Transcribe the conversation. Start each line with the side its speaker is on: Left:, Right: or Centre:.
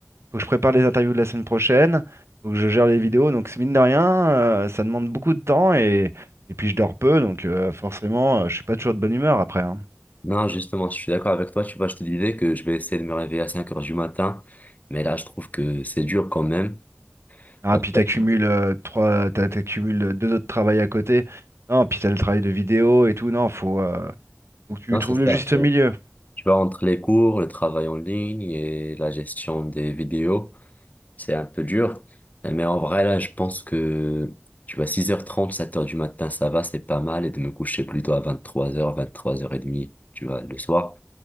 Right: Faut que je prépare les interviews de la semaine prochaine. Faut que je gère les vidéos. Donc, mine de rien, euh, ça demande beaucoup de temps et, et puis je dors peu. Donc, euh, forcément, euh, je suis pas toujours de bonne humeur après. hein.
Left: Non, justement, je suis d'accord avec toi. Tu vois, je te disais que je vais essayer de me réveiller à 5 heures du matin. Mais là, je trouve que c'est dur quand même.
Right: Ah,
Left: Parce
Right: puis
Left: que-
Right: t'accumules euh, trois, t'a- t'accumules deux autres travails à côté. Non, puis t'as le travail de vidéo et tout. Non, faut, euh, faut que tu
Left: Non,
Right: trouves
Left: c'est ça.
Right: le juste
Left: c'est-
Right: milieu.
Left: Tu vois, entre les cours, le travail en ligne et la gestion des vidéos, c'est un peu dur. Mais en vrai, là, je pense que, tu vois, six heures trente, sept heures du matin, ça va, c'est pas mal. Et de me coucher plutôt à 23h, 23h30, tu vois, le soir.